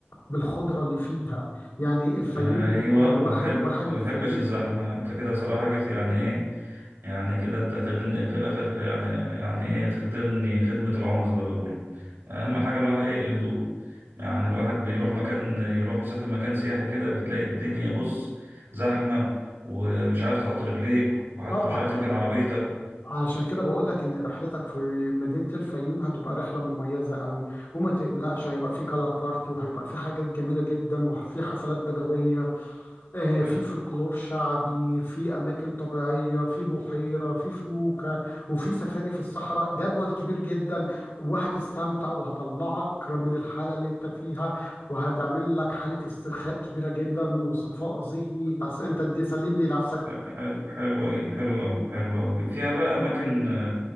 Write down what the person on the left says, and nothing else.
بالخضره اللي فيها يعني الفيوم
دي تعتبر
واحد
واحد
الفيوم
وطبعا
علشان كده بقول لك ان رحلتك في مدينه الفيوم هتبقى رحله مميزه قوي وما تقلقش هيبقى في كلار بارتي وهيبقى في حاجات جميله جدا وفي حفلات بدويه آه،
في فلكلور شعبي في أماكن طبيعية في بحيرة في فلوكة وفي سفاري في الصحراء جدول كبير جدا وهتستمتع وهطلعك من الحالة اللي انت فيها وهتعمل لك حالة استرخاء كبيرة جدا وصفاء ذهني بس انت دي سلم لي نفسك